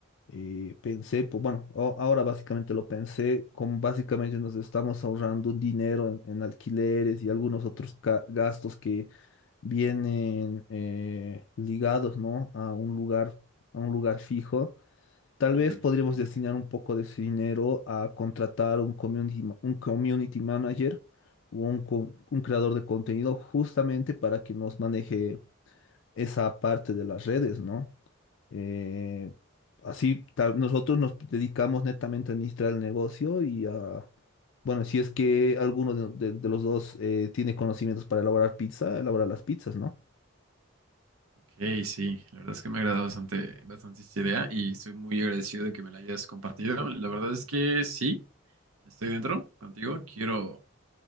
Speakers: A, on the left; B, on the right.
A: Eh, pensé, pues, bueno, o- ahora básicamente lo pensé, como básicamente nos estamos ahorrando un dinero en, en alquileres y algunos otros ca- gastos que vienen eh, ligados, ¿no? A un lugar, a un lugar fijo. Tal
B: Sí,
A: vez podríamos
B: seguro.
A: destinar un poco de ese dinero a contratar un community, ma- un community manager o un, co- un creador de contenido justamente para que nos maneje esa parte de las redes, ¿no? Eh, así ta- nosotros nos dedicamos netamente a administrar el negocio y a, bueno, si es que alguno de, de- de los dos eh, tiene conocimientos para elaborar pizza, elaborar las pizzas, ¿no?
B: Ok, sí, la verdad es que me ha agradado bastante, bastante esta idea y estoy muy agradecido de que me la hayas compartido. La verdad es que sí, estoy dentro contigo. Quiero,